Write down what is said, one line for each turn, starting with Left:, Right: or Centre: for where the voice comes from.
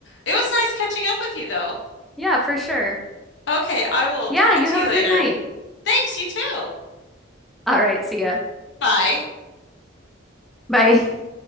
Left: it was nice catching up with you, though.
Centre: Yeah, for sure.
Left: Okay, I will
Centre: Yeah,
Left: talk
Centre: you
Left: to
Centre: have
Left: you
Centre: a
Left: later.
Centre: good night.
Left: Thanks, you too.
Centre: All right, see ya.
Left: Bye.
Centre: Bye.